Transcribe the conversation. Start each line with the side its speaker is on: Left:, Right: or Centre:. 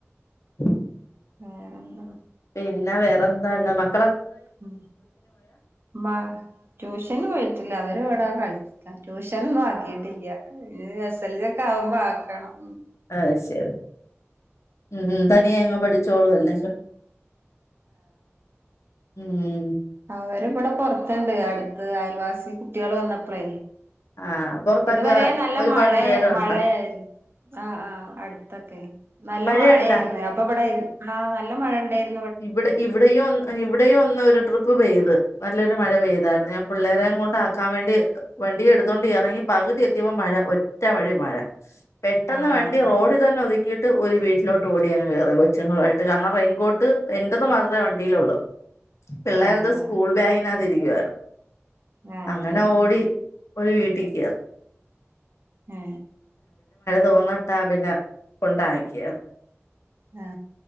Left: <unintelligible>
Right: വേറെന്താ
Left: പിന്നെ വേറെന്താ ഉള്ളത്
Right: ഉ മ ട്യൂഷന് പോയിട്ടില്ല അത ഇവിടാ കളിക്ക ട്യൂഷന്ന്നും ആക്കിയിട്ടില്ല ഇ എസ്‌ലിലൊക്കെ ആവുമ്പോ ആക്കാം വേണം
Left: ആ ശരി ഉം ഉം തനിയ അങ്ങ് പഠിച്ചോളു അല്ലേ സ് ഉം ഉം
Right: അതേ അവര് ഇവിടെ പൊറത്തുണ്ട് അടുത്ത് അയൽവാസി കുട്ടികൾ വന്നപ്പളെ
Left: ആഹ് പൊറത്തൊക്കെ
Right: ഇതുവരെ നല്ല
Left: ഒരുപാട്
Right: മഴയ
Left: പേരുണ്ടോ
Right: മഴയായിരുന്നു ആ ആഹ് അടുത്തൊക്കെ നല്ല
Left: മഴയുണ്ടാ
Right: മഴയായിരുന്നു അപ്പൊ ഇവിടെ ആഹ് നല്ല മഴ ഉണ്ടായിരു
Left: ഇവിടെ ഇവിടെയൊന്നരു ഇവിടെയൊന്നരു ഒരു ട്രിപ്പ് ഉപ്പ് പെയ്ത് നല്ലൊരു മഴ പെയ്തായിരുന്നു ഞാൻ പിള്ളേരെും കൊണ്ട ആക്കാൻ വേണ്ടി വണ്ടിയ എടുത്തുകോണ്ട് ഇറങ്ങി പകുതി എത്തിയപ്പോ മഴ ഒറ്റ മഴ മഴ പെട്ടെന്ന്
Right: ആഹ്
Left: വണ്ടി
Right: അപ്പ
Left: റോഡിൽ തന്നെ ഒതുക്കി ഒരു വീട്ടിലോട്ട് ഓടി അങ് കയറി കൊച്ചുങ്ങളായിട്ട് കാരണം റെയിൻ കോട്ട് എന്റേത് മാത്രേ വണ്ടിയിലൊള്ളു പിള്ളേരുത്
Right: ആഹ്
Left: സ്കൂൾ ബാഗിനകതിരിക്കുവായിരുന്നു
Right: ആഹ്
Left: അങ്ങനെ ഓടി ഒരു വീട്ട ടികേറി
Right: ഏ
Left: തോന്നിട്ടാ പിന്നെ കൊണ്ടാക്കിയത്
Right: ആ